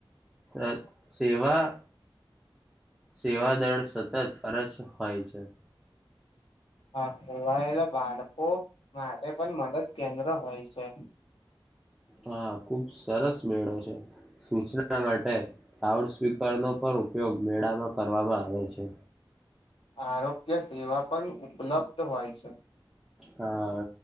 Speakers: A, in the centre; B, on the left.
A: અ સેવા. સેવાદળ સતત ફરજ હોય છે.
B: હા ખોવાયેલા બાળકો માટે પણ મદદ કેન્દ્ર હોય છે.
A: હા ખુબ સરસ મેળો છે. સૂચના માટે લાઉડ સ્પીકરનો પણ ઉપયોગ મેળામાં કરવામાં આવે છે.
B: આરોગ્ય સેવા પણ ઉપલબ્ધ. હોય છે.
A: હા